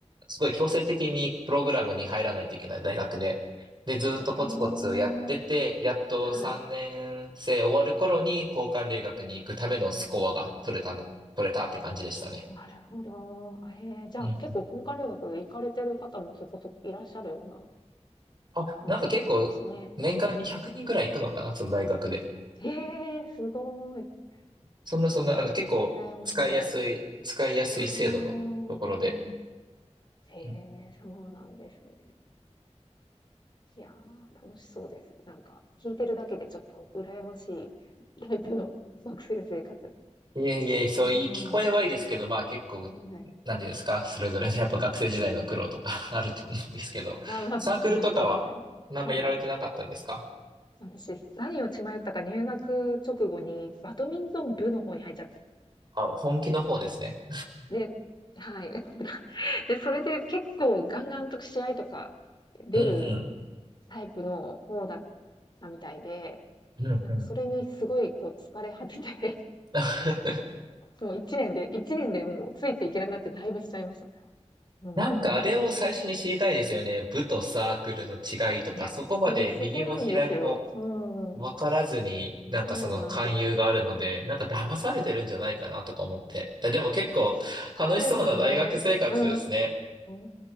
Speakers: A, on the right (about 40°); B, on the left (about 40°).
A: すごい強制的にプログラムに入らないといけない大学で。で、ずっとコツコツやってて、
B: ええ、
A: やっと3年生終わる頃に交換留学に行くためのスコアが取れたの、
B: はい。
A: 取れたって感じでしたね。
B: なるほど。あええ、じゃあ、
A: うんうん。
B: 結構交換留学行かれてる方もそこそこいらっしゃるような
A: あ、
B: 環境だったんですね。
A: なんか結構年間に100人ぐらい行くのかな、
B: うん。
A: その大学で。
B: へえ、すごい。
A: そんなそんな、
B: あー羨ましいです、
A: あの結構使いやすい、
B: それ。
A: 使いやすい制度のところで。
B: ああ。へ
A: うん
B: え、そうなんですね。いやー、楽しそうです。なんか、聞いてるだけでちょっと羨ましいタイプの <laughs> 学生生活。
A: いえいえ、そういい、
B: うん。
A: 聞こえはいいですけど、まあ結構、
B: はい。
A: なんていうんですか、それぞれのやっぱ学生時代の苦労とか <laughs> あると思うんですけど、
B: あ、わか
A: サークルとかは何もやられてなかったんですか
B: <laughs> ますですね。はい。私、何を血迷ったか入学直後にバドミントン部の方に入っちゃって。
A: あ、本気の方ですね。
B: で、はい。<laughs> で、それで結構ガンガンと試合とか出る
A: うんうん。
B: タイプの方だったみたいで、
A: うんうん。
B: なんかそれにすごいこう疲れ果てて
A: <laughs>
B: もう一年で、一年でもうついていけなくなってだいぶしちゃいました。うん。
A: なんかあれを最初に知りたいですよね。部とサークルの違いとか、
B: いや、
A: そこまで右も左も
B: それ、そこなんですよ。う
A: 分からずに、
B: ん。
A: なんかその勧誘があるので、
B: そうなんです。
A: なんか騙されてるんじゃないかなとか思って。
B: はい。
A: いやでも結構楽しそうな大学生活ですね。
B: そうですよね。うーん。